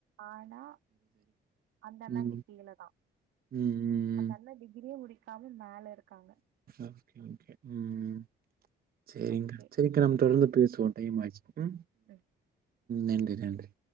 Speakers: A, on the right (about 80°); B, on the right (about 50°).
A: ஆனா அந்தண்ணாக்கு
B: ம்.
A: கீழதா
B: ம் ம்.
A: அந்த அண்ணா டிகிரியே முடிக்காம மேல இருக்காங்க
B: ஓகே ஓகே ம் சரிங்க்கா
A: ஓகே
B: சரிங்கா நம்ம தொடர்ந்து பேசுவோ டைம் ஆயிச்சு
A: ம் ம்.
B: நன்றி நன்றி